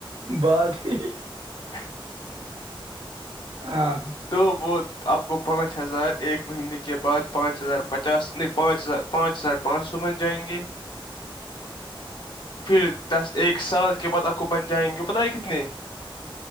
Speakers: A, on the right; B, on the left.
A: بس نہیں
B: ج
A: ہاں
B: تو وہ آپ کو پانچ ہزار ایک مہینے کے بعد پانچ ہزار پچاس نہیں پانچ ہزار پانچ ہزار پانچ سو من جائیں گے
A: <inaudible>
B: پھر دس ایک سال کے بعد آپ کو بن جائیں گے پت ہے کتنے